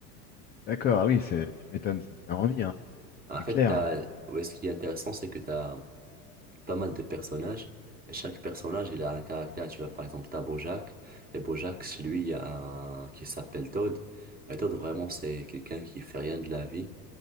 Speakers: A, on the left (about 25°); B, on the right (about 20°).
A: D'accord. Ah oui, c'est tu m'étonnes, ça te fait envie, hein.
B: En
A: C'est
B: fait,
A: clair.
B: t'as, ouais, ce qui est intéressant, c'est que t'as pas mal de personnages. Et chaque personnage, il a un caractère. Tu vois, par exemple, t'as Bojack. Et Bojack, chez lui, il y a un qui s'appelle Todd. Et Todd, vraiment, c'est quelqu'un qui fait rien de la vie.